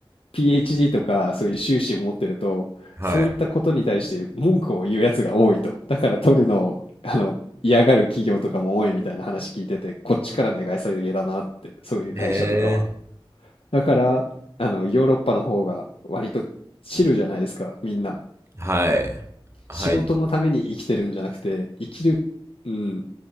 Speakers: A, on the left; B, on the right.
A: PhD とかそういう修士を持ってると、
B: はい。
A: そういったことに対して文句を言うやつが多いと。だから取るのを、あの、嫌がる企業とかも多いみたいな話聞いてて、こっちから願い下げだなって、そういう会社とかは。
B: へえ。
A: だから、あの、ヨーロッパの方が割とチルじゃないですか、みんな。
B: はい。はい。
A: 仕事のために生きてるんじゃなくて、生きる、うん、